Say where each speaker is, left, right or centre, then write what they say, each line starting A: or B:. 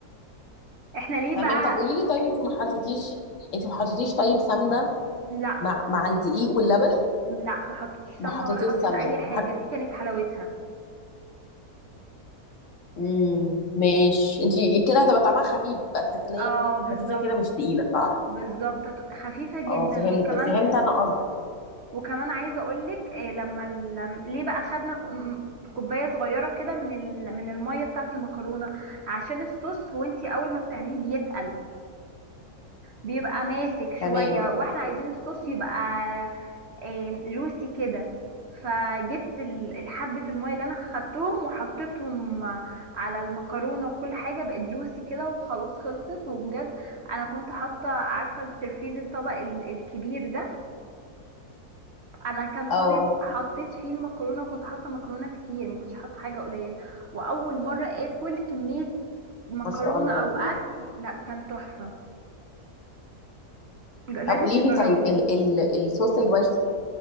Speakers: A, on the right (about 55°); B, on the left (about 60°).
A: احنا ليه
B: تمام
A: بقى
B: طب قولي لي طيب انت ما حطيتيش انت ما حطيتيش طيب سمنه
A: لا
B: مع مع الدقيق واللبن
A: لا ما حطيتش سمنه
B: ما حطيتيش
A: ولا حطيت
B: سمنه
A: اي حاجه
B: ما حط...
A: دي كانت حلاوتها
B: امم ماشي انت كده هتبقى طعمها خفيف بقى تحس ان هي
A: اه بالظبط
B: خفيفه كده مش تقيله صح
A: بالظبط خفيفة جدا
B: اه فهمت
A: وكمان
B: فهمت انا قصدك
A: وكمان عايزه اقولك إيه لما ال... ليه بقى خدنا ك- م- كوبايه صغيره كده من ال... من الميه بتاعه المكرونه عشان الصوص وانتي اول ما بتعمليه بيتقل بيبقى ماسك شويه
B: تمام
A: واحنا عايزين الصوص يبقى إيه جوسي كده فجبت ال- الحبه الميه اللي انا خدتهم وحطيتهم على المكرونه وكل حاجه بقت جوسي كده وخلاص خلصت وبجد انا كنت حاطه عارفه السرفيز الطبق ال- الكبير ده انا كان فاضل
B: اه
A: حطيت فيه المكرونه وكنت حاطه مكرونه كتير ما كنتش حاطه حاجه قليله واول مره اكل كميه مكرونه
B: ما شاء الله
A: او اكل لا كان تحفه ج- لازم
B: طب قولي
A: تجربيه
B: لي طيب ال ال الصوص الوايت